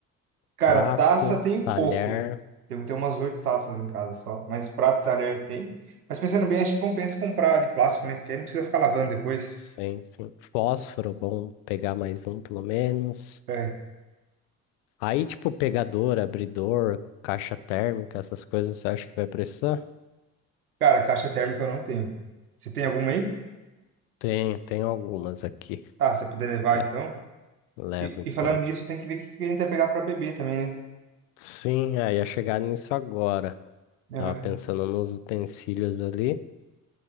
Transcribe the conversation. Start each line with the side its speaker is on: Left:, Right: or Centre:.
Right: Cara,
Left: prato,
Right: taça tem
Left: talher,
Right: pouco. Devo ter umas oito taças em casa só. Mas prato e talher tem. Mas pensando bem, acho que compensa comprar de plástico, né? Porque aí não precisa ficar lavando depois.
Left: sim, sim. Fósforo, bom pegar mais um pelo menos.
Right: É.
Left: Aí, tipo, pegador, abridor, caixa térmica, essas coisas você acha que vai precisar?
Right: Cara, caixa térmica eu não tenho. Você tem alguma aí?
Left: Tem, tem algumas aqui.
Right: Ah, se você puder levar
Left: Le-
Right: então.
Left: Levo
Right: E,
Left: então.
Right: e falando nisso, tem que ver o que a gente vai pegar para beber também, né?
Left: Sim, aí ia chegar nisso agora.
Right: Aham.
Left: Tava pensando nos utensílios ali.